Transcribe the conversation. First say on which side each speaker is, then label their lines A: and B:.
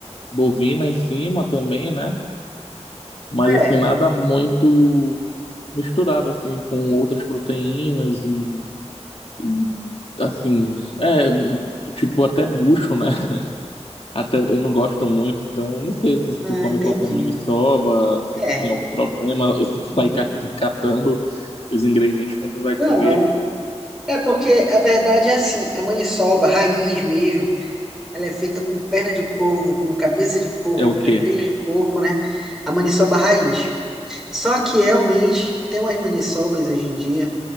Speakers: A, on the left; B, in the centre.
A: bovina em cima também, né? Mas
B: É,
A: assim, nada muito misturado, assim, com outras proteínas e, e assim, é, tipo, até bucho, né? Até eu não gosto muito, então não sei se
B: não,
A: tu come
B: entendi.
A: qualquer maniçoba, se
B: É,
A: tu tem algum problema, se tu sai
B: entendi.
A: ca- catando os ingredientes quando tu vai comer,
B: Não, é porque a verdade é assim, a maniçoba, a raiz mesmo, ela é feita com perna de porco, com cabeça de porco,
A: é o quê?
B: com orelha de porco, né? A maniçoba raiz. Só que realmente tem umas maniçobas hoje em dia